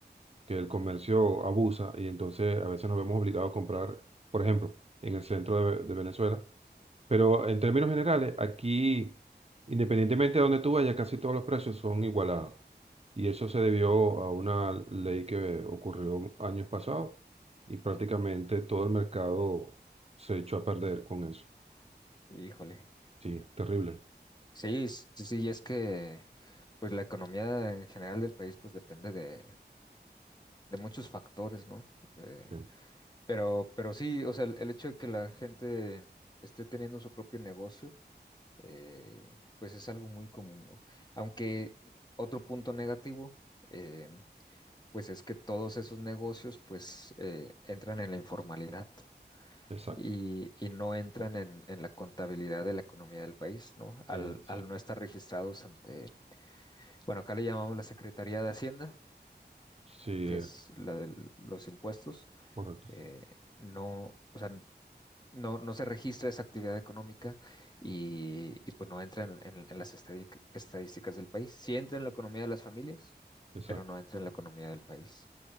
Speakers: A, on the right (about 35°); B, on the left (about 25°).
A: que el comercio abusa y entonces a veces nos vemos obligados a comprar, por ejemplo, en el centro de, Ve- de Venezuela. Pero en términos generales, aquí, independientemente de donde tú vayas, casi todos los precios son igualados. Y eso se debió a una ley que ocurrió años pasados y prácticamente todo el mercado se echó a perder con eso.
B: híjole.
A: Sí, terrible.
B: Sí, sí, sí, sí, y es que pues la economía en general del país pues depende de, de muchos factores, ¿no? Eh,
A: Sí,
B: pero, pero sí, o sea, el, el hecho de que la gente esté teniendo su propio negocio, eh, pues es algo muy común, ¿no? Aunque otro punto negativo, eh, pues es que todos esos negocios pues eh, entran en la informalidad
A: exacto.
B: y, y no entran en, en la contabilidad de la economía del país, ¿no? Al,
A: Exacto.
B: al no estar registrados ante Bueno, acá le llamamos la Secretaría de Hacienda,
A: Sí, eh,
B: que es la de los impuestos.
A: correcto.
B: Eh, no, o sea, no, no se registra esa actividad económica y, y, pues no entra en, en- en las estadi- estadísticas del país. Sí entra en la economía de las familias,
A: Exacto.
B: pero no entra en la economía del país.